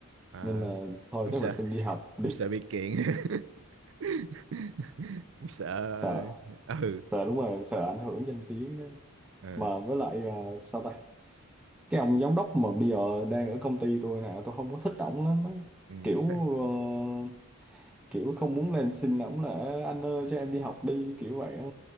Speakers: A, on the right; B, in the centre.
A: ờ.
B: nên là thôi
A: ông
B: chắc
A: sợ
B: là xin đi học đi
A: ông sợ bị kiện <laughs> ông sợ
B: sợ
A: ừ
B: sợ đúng rồi sợ ảnh hưởng danh tiếng ấy.
A: Ờ,
B: mà với lại à, sao ta cái ông giám đốc mà bây giờ đang ở công ty tôi nè tôi không có thích ổng lắm á.
A: ừ,
B: kiểu
A: thế,
B: ờ, kiểu không muốn lên xin ổng là "Ê, anh ơi cho em đi học đi kiểu vậy á.